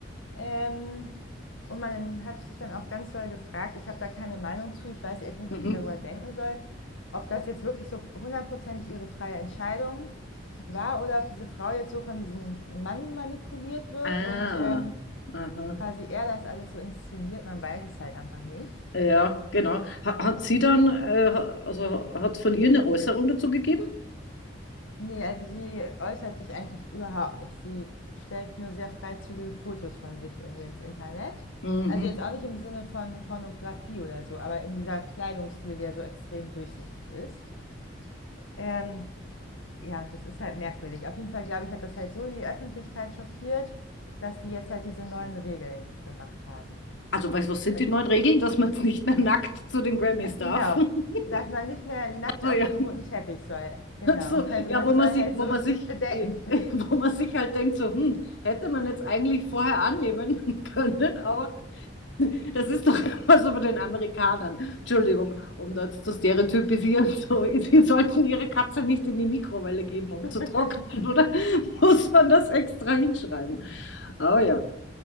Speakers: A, on the left; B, on the left.
A: Ähm, und man hat sich dann auch ganz doll gefragt, ich habe da keine Meinung zu, ich weiß echt nicht,
B: mhm.
A: was ich darüber denken soll, ob das jetzt wirklich so hundertprozentig ihre freie Entscheidung war oder ob diese Frau jetzt so von diesem Mann manipuliert wird
B: Ah,
A: und ähm,
B: aha.
A: quasi er das alles so inszeniert, man weiß es halt einfach nicht.
B: Ja, genau. Ha- Hat sie dann, äh, ha- also hat es von ihr eine Äußerung dazu gegeben?
A: Nee, also sie äußert sich eigentlich überhaupt nicht. Sie stellt nur sehr freizügige Fotos von sich irgendwie ins Internet.
B: Mhm.
A: Also jetzt auch nicht im Sinne von Pornografie oder so, aber eben dieser Kleidungsstil, der so extrem durchsichtig ist. Ähm, ja, und das ist halt merkwürdig. Auf jeden Fall, glaube ich, hat das halt so die Öffentlichkeit schockiert, dass die jetzt halt diese neuen Regeln gemacht haben.
B: Also, weißt du, was sind
A: Also,
B: die neuen Regeln, dass man jetzt nicht mehr nackt zu den Grammys
A: äh, genau.
B: darf? <laughs>
A: Dass man nicht mehr nackt
B: Also,
A: auf
B: ja,
A: den roten Teppich soll. Genau.
B: so,
A: Also
B: ja,
A: man
B: wo man
A: soll
B: sich,
A: halt
B: wo
A: so
B: man
A: sich
B: sich,
A: bedecken.
B: äh, <laughs> wo man sich halt denkt, so, hm, hätte man jetzt eigentlich vorher annehmen <laughs> können, aber Das ist doch immer so bei den Amerikanern. Entschuldigung, um das zu stereotypisieren. So, sie sollten ihre Katze nicht in die Mikrowelle geben, um zu trocknen,
A: <laughs>
B: oder? <laughs> Muss man das extra hinschreiben? Oh ja.